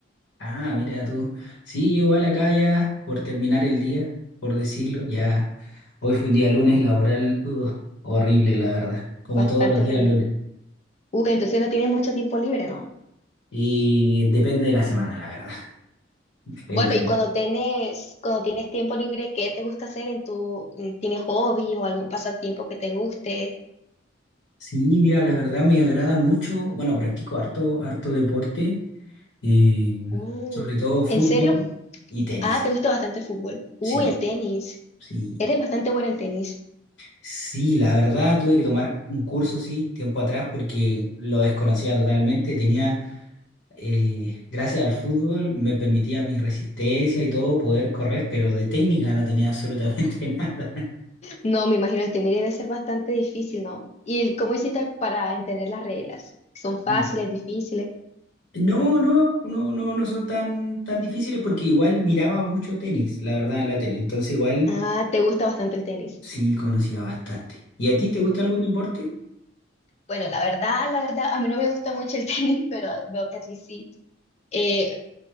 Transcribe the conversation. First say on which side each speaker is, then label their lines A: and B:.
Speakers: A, on the left; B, on the left.
A: Ah, mira tú. Sí, yo igual acá ya por terminar el día, por decirlo, ya. Hoy fue un día lunes laboral, ugh, horrible, la verdad. Como
B: Bastante
A: todos los días
B: horrible.
A: lunes.
B: Uy, entonces no tienes mucho tiempo libre, ¿no?
A: Y depende de la semana, la verdad. <laughs> Depende
B: Bueno,
A: de
B: y cuando
A: la-
B: tienes, cuando tienes tiempo libre, ¿qué te gusta hacer en tu, en- tienes hobbies o algún pasatiempo que te guste?
A: Sí, mira, la verdad me agrada mucho. Bueno, practico harto, harto deporte, eh,
B: Uh,
A: sobre todo fútbol
B: ¿en serio?
A: y tenis.
B: Ah, te gusta bastante el fútbol. Uy,
A: Sí,
B: el tenis.
A: sí.
B: Eres bastante buena en tenis.
A: Sí, la verdad tuve que tomar un curso, sí, tiempo atrás porque lo desconocía totalmente. Tenía, eh, gracias al fútbol, me permitía mi resistencia y todo poder correr, pero de técnica no tenía absolutamente <laughs> nada.
B: No, me imagino el tenis debe ser bastante difícil, ¿no? ¿Y el- cómo hiciste para entender las reglas? ¿Son fáciles,
A: Y
B: difíciles?
A: no, no, no, no, no son tan, tan difíciles porque igual miraba mucho tenis, la verdad, en la tele. Entonces igual
B: Ah, ¿te gusta bastante el tenis?
A: sí conocía bastante. ¿Y a ti te gusta algún deporte?
B: Bueno, la verdad, la verdad, a mí no me gusta mucho el <laughs> tenis, pero veo que a ti sí. Eh,